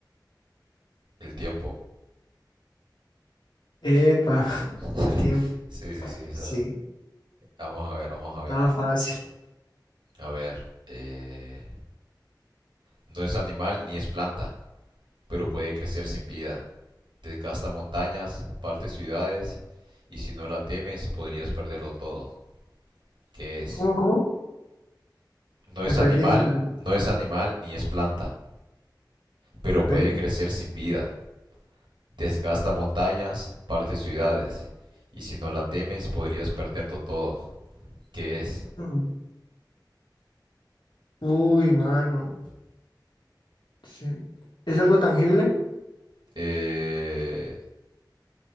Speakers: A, on the right (about 85°); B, on the left (about 80°).
A: el tiempo.
B: Epa, <laughs>
A: <laughs>
B: el tiempo.
A: Sí, sí, sí. esa
B: Sí,
A: Vamos a ver, vamos a ver.
B: estaba fácil.
A: A ver. eh, No es animal ni es planta. pero puede crecer sin vida. Desgasta montañas, parte ciudades, y si no la temes podrías perderlo todo. ¿Qué es?
B: ¿Cómo, cómo?
A: No
B: Me
A: es
B: perdí,
A: animal,
B: me perdí.
A: no es animal ni es planta, pero
B: Ok.
A: puede crecer sin vida. Desgasta montañas, parte ciudades, y si no la temes podrías perderlo todo. ¿Qué es?
B: Mm. Uy, mano. Sí. ¿Es algo tangible?
A: Eh...